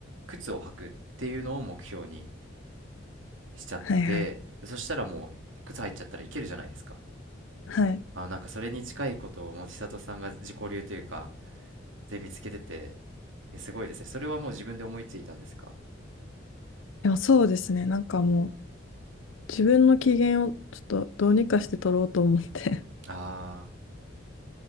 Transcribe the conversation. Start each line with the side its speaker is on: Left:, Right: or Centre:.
Right: 靴を履くっていうのを目標に、しちゃってそしたらもう靴入っちゃったらいけるじゃないですか
Left: ー、はいはい。はい。
Right: あなんかそれに近いことをもう千里さんが自己流というかで見つけててえすごいですねそれはもう自分で思いついたんですか
Left: でもそうですね。なんかもう、自分の機嫌をちょっとどうにかして取ろうと思って。
Right: あー